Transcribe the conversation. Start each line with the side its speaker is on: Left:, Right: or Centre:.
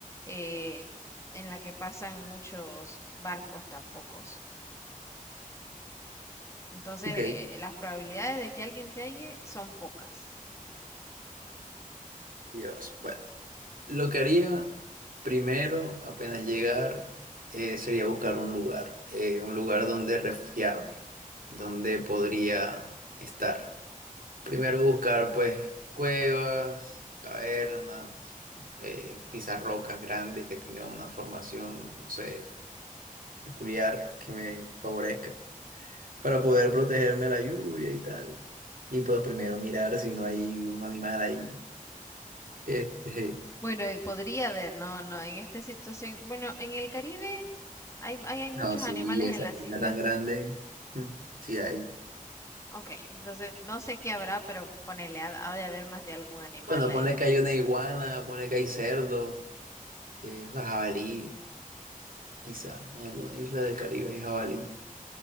Left: eh, en la que pasan muchos barcos tampoco. Entonces,
Right: Ok.
Left: eh, las probabilidades de que alguien te halle son pocas.
Right: Dios, bueno, lo que haría primero, apenas llegar, eh, sería buscar un lugar, eh, un lugar donde refugiarme, donde podría estar. Primero buscar, pues, cuevas, cavernas, eh, quizás rocas grandes que tengan una formación, no sé, peculiar que me favorezca, para poder protegerme de la lluvia y tal. Y pues primero mirar si no hay un animal ahí. <laughs> Este,
Left: Bueno, eh, podría haber, no, no, en esta situación, bueno, en el Caribe hay, hay, hay muchos
Right: No, sí,
Left: animales
Right: esa
Left: en las
Right: isla
Left: islas.
Right: tan grande, mm, sí hay.
Left: Ok, entonces no sé qué habrá, pero ponele, ha, ha de haber más de algún animal
Right: Bueno,
Left: ahí.
Right: ponle que hay una iguana, ponle que hay cerdo, eh, o sea, jabalí, quizá, en alguna isla del Caribe hay jabalí.